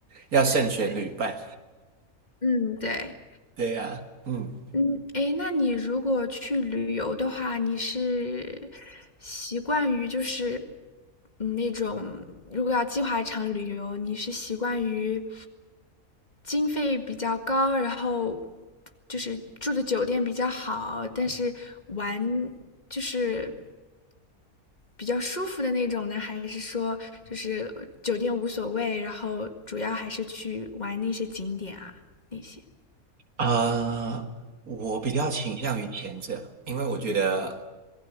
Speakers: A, on the right; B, on the left.
A: 要慎选旅伴。
B: 对，嗯，对。
A: 对呀，嗯
B: 嗯，诶，那你如果去旅游的话，你是习惯于就是嗯那种，如果要计划一场旅游，你是习惯于经费比较高，然后就是住的酒店比较好，但是玩就是比较舒服的那种呢，还是说就是酒店无所谓，然后主要还是去玩那些景点啊，那些。
A: 啊，呃我比较倾向于前者，因为我觉得，